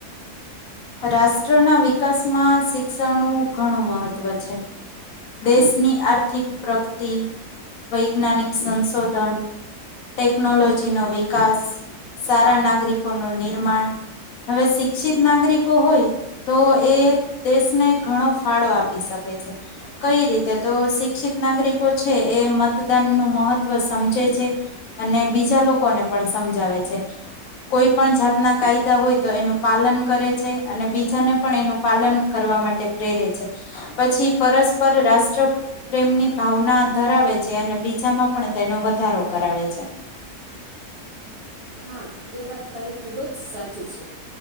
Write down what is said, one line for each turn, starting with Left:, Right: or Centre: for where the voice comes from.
Left: રાષ્ટ્રના વિકાસમાં શિક્ષણનું ઘણું મહત્ત્વ છે. દેશની આર્થિક પ્રગતિ, વૈજ્ઞાનિક સંશોધન, ટેકનોલોજી નો વિકાસ, સારા નાગરિકોનું નિર્માણ, હવે શિક્ષિત નાગરિકો હોય તો એ દેશને ઘણો ફાળો આપી શકે છે. કઈ રીતે તો શિક્ષિત નાગરિકો છે, એ મતદાન નું મહત્વ સમજે છે. અને બીજા લોકોને પણ સમજાવે છે. કોઈ પણ જાતના કાયદા હોય તો એનું પાલન કરે છે. અને બીજાને પણ એનું પાલન કરવા માટે પ્રેરે છે. પછી પરસ્પર પર રાષ્ટ્ર પ્રેમની ભાવના ધરાવે છે. અને બીજામાં પણ તેનો વધારો કરાવે છે.
Right: હા એ વાત તારી ખૂબ જ સાચી છે.